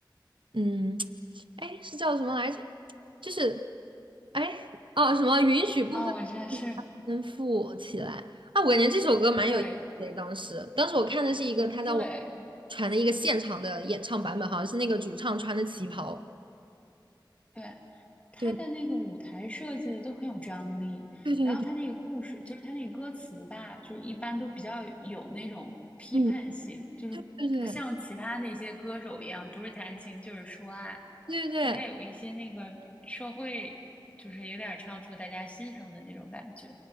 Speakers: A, on the right; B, on the left.
A: 嗯，<tsk> 哎，是叫什么来着？就是，哎，哦，什么允许部分
B: 啊、我觉得是，
A: 先富起来啊？我感觉这首歌蛮有意思的。
B: 对
A: 当时，当时我看的是一个他在网
B: 对，
A: 传的一个现场的演唱版本，好像是那个主唱穿的旗袍。
B: 对，他的那个舞台设计的都很有张力，
A: 对，对对对，
B: 然后他那个故事，就是他那个歌词吧，就是一般都比较有那种批判性，
A: 嗯，
B: 就是不像其他的一些歌手一样，
A: 对对对
B: 不是弹琴就是说爱，
A: 对对，
B: 但他有一些那个社会，就是有点唱出大家心声的那种感觉，